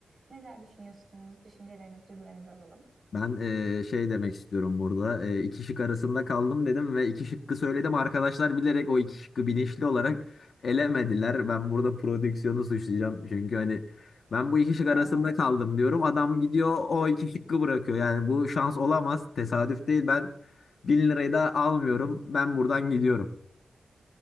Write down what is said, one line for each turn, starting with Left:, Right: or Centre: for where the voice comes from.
Right: Neler düşünüyorsunuz? Düşüncelerinizi, duygularınızı alalım.
Left: Ben eee, şey demek istiyorum burada. Eee, iki şık arasında kaldım dedim ve iki şıkkı söyledim. Arkadaşlar bilerek o iki şıkkı bilinçli olarak elemediler. Ben burada prodüksiyonu suçlayacağım. Çünkü hani ben bu iki şık arasında
Right: evet
Left: kaldım diyorum. Adam gidiyor o iki şıkkı bırakıyor. Yani bu şans olamaz. Tesadüf değil. Ben bin lirayı da almıyorum. Ben buradan gidiyorum.